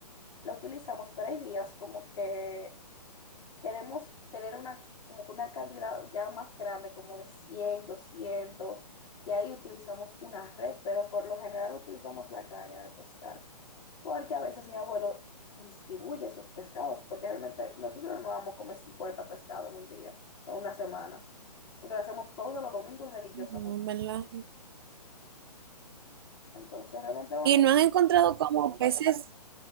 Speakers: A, on the left; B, on the right.
A: La utilizamos, pero hay días como que queremos tener una, como que una cantidad ya más grande, como de cien doscientos Y ahí utilizamos una red, pero por lo general utilizamos la caña de pescar. porque a veces mi abuelo distribuye esos pescados, porque realmente nosotros no vamos a comer 50 pescados en un día, o sea, una semana, porque lo hacemos todos los domingos religiosamente.
B: No, en ¿verdad?
A: Entonces, realmente, bueno,
B: Y no han encontrado como peces,